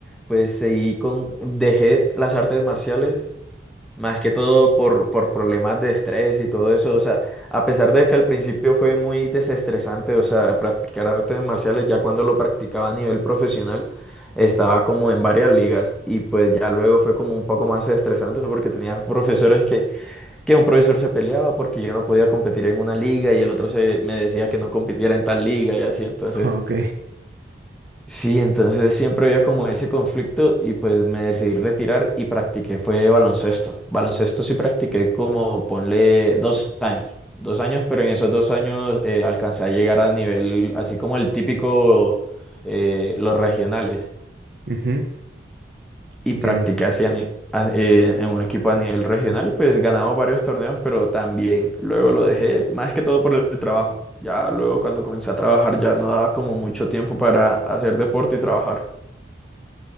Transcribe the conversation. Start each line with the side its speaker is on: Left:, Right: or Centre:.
Centre: pues seguí con, dejé las artes marciales, más que todo por, por problemas de estrés y todo eso. O sea, a pesar de que al principio fue muy desestresante, o sea, practicar artes marciales, ya cuando lo practicaba a nivel profesional, estaba como en varias ligas y pues ya luego fue como un poco más estresante porque tenía profesores que que un profesor se peleaba porque yo no podía competir en una liga y el otro se me decía que no compitiera en tal liga y así. Entonces,
Right: <laughs> Ah, ok.
Centre: sí, entonces siempre había como ese conflicto y pues me decidí retirar y practiqué, fue baloncesto. Baloncesto sí practiqué como, ponle, dos años. Dos años, pero en esos dos años eh, alcancé a llegar a nivel, así como el típico, eh, los regionales.
Right: Ujú,
Centre: y
Right: Entiendo.
Centre: practiqué así a ni- a- eh, en un equipo a nivel regional y pues ganamos varios torneos, pero también luego lo dejé más que todo por el trabajo. Ya luego cuando comencé a trabajar ya no daba como mucho tiempo para hacer deporte y trabajar.